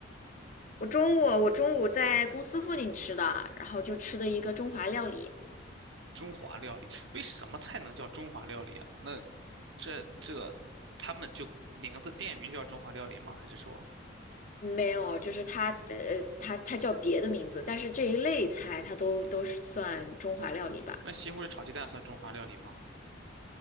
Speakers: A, on the left; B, on the right.
A: 我中午我中午在公司附近吃的，然后就吃的一个中华料理。
B: 中华料理，为什么菜能叫中华料理啊？那这这个他们就名字店名就叫中华料理吗？还是说
A: 没有，就是它的，呃，它它叫别的名字，但是这一类菜它都都是算中华料理吧，
B: 那西红柿炒鸡蛋算中华料理吗？